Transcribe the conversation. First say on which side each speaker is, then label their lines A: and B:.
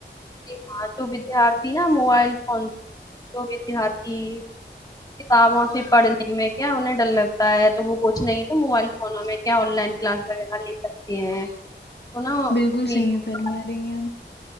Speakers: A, on the left (about 20°); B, on the left (about 65°).
A: یہ فالتو جو ودیارتھی نا موبائل فون تو ودارتھی کتابوں سے پڑھنے میں کیا انہیں ڈر لگتا ہے تو وہ کچھ نہیں تو موبائل فو نوں میں کیا آن لائن کلاس وغیرہ لے سکتی ہیں تو نا اپنی
B: بالکل صحیح
A: تعلیم
B: ہے فرمارائے ہیں